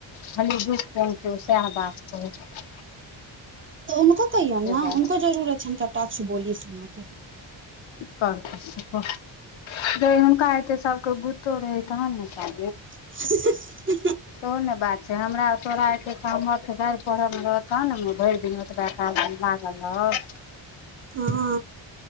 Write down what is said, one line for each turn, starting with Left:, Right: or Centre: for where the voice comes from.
Left: हल बुस कोन छै किया बात कह
Right: तऽ हुनको कहियौन ने
Left: बात
Right: हुनको जरूर छनि कटाक्ष बोली सुोन क
Left: कि करतै हुनका एते सभके बुो रहै तहन ने चे
Right: ह <unintelligible>
Left: तो ने बात छै हमरा तोरा एर पढ़ब मे रहतह ने भरि दिन ओतब आ मागल <unintelligible>
Right: ह